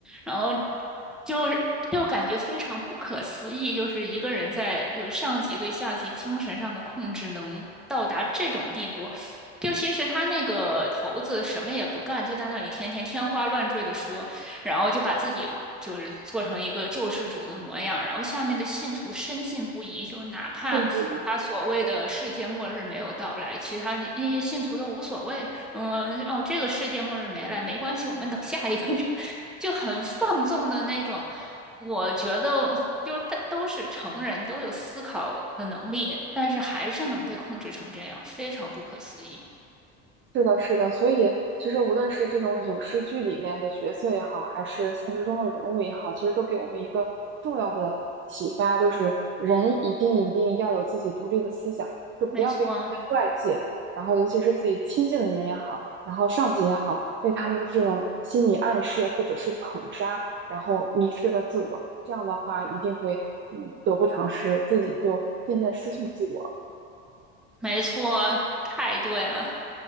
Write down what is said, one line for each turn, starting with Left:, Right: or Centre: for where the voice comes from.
Centre: 然后就是就感觉非常不可思议，就是一个人在就是上级对下级精神上的控制能到达这种地步。就其实他那个头子什么也不干，就在那里天天天花乱坠的说，然后就把自己就是做成一个救世主的模样，然后下面的信徒深信不疑，就哪怕他所谓的世界末日没有到来，
Right: 甚至
Centre: 其他那那些信徒都无所谓，嗯，哦，这个世界末日没来没关系，我们等下一个，<laughs> 就很放纵的那种。我觉得就他都是成人，都有思考的能力，但是还是能被控制成这样，非常不可思议。
Right: 是的，是的，所以其实无论是这种影视剧里面的角色也好，还是现实中的人物也好，其实都给我们一个重要的启发，就是人一定一定要有自己独立的思想，就不要被这些外界，
Centre: 没错，
Right: 然后尤其是自己亲近的人也好，然后上级也好，被他们的这种心理暗示或者是捧杀，然后迷失了自我，这样的话一定会嗯得不偿失，自己就渐渐失去自我。
Centre: 没错，太对了。